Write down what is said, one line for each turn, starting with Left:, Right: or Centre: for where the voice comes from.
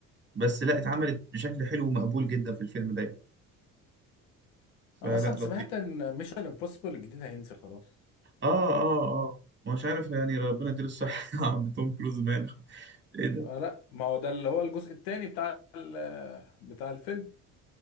Right: بس لا اتعملت بشكل حلو ومقبول جدا في الفيلم ده يعني فلا
Left: انا اصلا
Right: لطيف
Left: سمعت ان ميشن امبوسيبل الجديد هينزل خلاص
Right: اه اه اه ما مش عارف يعني ربنا يديله الصحة <laughs> يا عم توم كروز ماله ايه ده
Left: آه لا ما هو ده اللي هو الجزء التاني بتاع ال- بتاع الفيلم